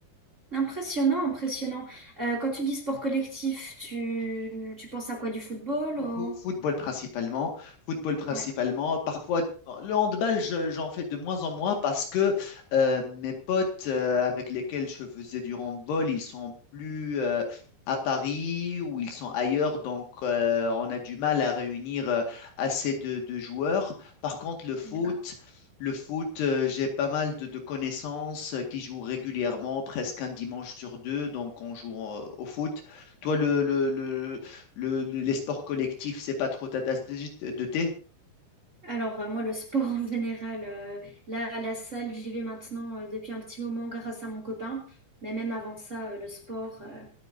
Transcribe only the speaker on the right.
Impressionnant, impressionnant. Euh, quand tu dis sport collectif, tu, tu penses à quoi? Du football
ou-
Ouais,
d'accord.
Alors, euh, moi, le sport en général, euh, là, à la salle, j'y vais maintenant euh, depuis un petit moment grâce à mon copain. Mais même avant ça, euh, le sport, euh,